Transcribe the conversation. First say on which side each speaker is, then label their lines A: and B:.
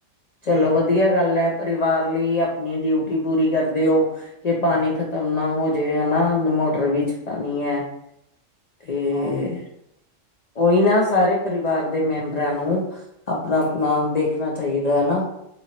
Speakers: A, on the left (about 60°); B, on the left (about 85°).
A: ਇਹ
B: ਚਲੋ
A: ਆ
B: ਵਧੀਆ ਗੱਲ ਹੈ ਪਰਿਵਾਰ ਲਈ ਆਪਣੀ ਡਿਊਟੀ ਪੂਰੀ ਕਰਦੇ ਹੋ ਕਿ ਪਾਣੀ
A: ਆਹ
B: ਖਤਮ ਤਮਨਾ ਹੋ ਜੇ ਹਨਾ ਮੋਟਰ ਵੀ ਚਲਾਉਣੀ ਹੈ ਤੇ
A: ਆਹ
B: ਓਈਨਾ ਸ ਸਾਰੇ ਪਰਿਵਾਰ ਦੇ ਮੈਂਬਰਾਂ ਨੂੰ ਆਪਣਾ ਆਪਣਾ ਦੇਖਣਾ ਚਾਹੀਦਾ ਹੈਨਾ